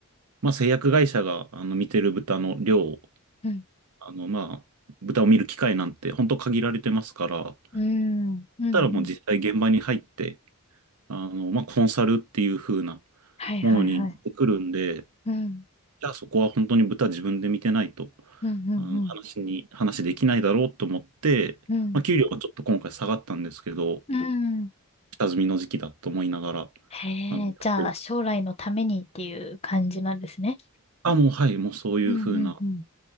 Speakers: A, on the right (about 85°); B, on the left (about 25°).
A: まあ製薬会社が、あの、見てる豚の量、
B: うん、
A: あの、まあ、豚を見る機会なんて本当限られてますから、だっ
B: うん、うん、うん。
A: たらもう実際現場に入って、あの、まあコンサルっていう風な、
B: はいはいはい。
A: ものになってくるんで、
B: うん、
A: じゃあそこは本当に豚自分で見てないと、
B: うん、うん、
A: あの話に、
B: うん、
A: 話できないだろうと思って、
B: うん。
A: まあ、給料がちょっと今回下がったんですけど、
B: うん
A: 下積みの時期だと思いながら、
B: へえ、
A: あの、やってると。
B: じゃあ将来のためにっていう感じなんですね。
A: あ、もうはい、もうそういうふうな、
B: うん、うん、うん。